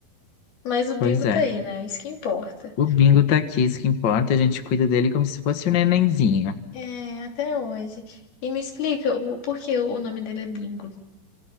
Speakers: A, on the left; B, on the left.
A: Mas o bingo
B: Pois
A: tá
B: é.
A: aí, né? é Isso que importa.
B: O Bingo tá aqui, isso que importa, a gente cuida dele como se fosse um nenenzinho.
A: É, até hoje. E me explica o por que o nome dele é Bingo.